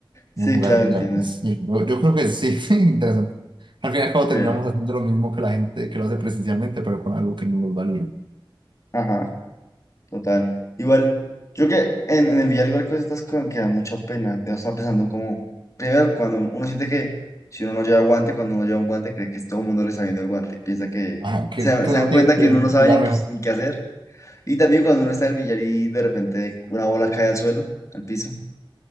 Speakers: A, on the left; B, on the right.
A: Sí,
B: Un lugar,
A: claro,
B: lugar.
A: entiendo.
B: Sí, Yo, yo creo que sí, <laughs> interesante. Al final, cabo terminamos
A: Sí.
B: haciendo lo mismo que la gente que lo hace presencialmente, pero con algo que no nos valía.
A: Ajá, total. Igual, yo creo que en, en el billar igual que estas cosas que da mucha pena. Yo estaba pensando como, primero, cuando uno siente que si uno no lleva guante, cuando uno lleva un guante, cree que todo el mundo le está viendo el guante. Piensa que,
B: Ajá, que,
A: se,
B: que
A: se
B: uno
A: dan
B: tiene
A: cuenta
B: que tener
A: que uno
B: un
A: no sabe
B: lugar
A: ni
B: mejor.
A: qué, ni qué hacer Y también cuando uno está en el billar y de repente una bola cae al suelo, al piso,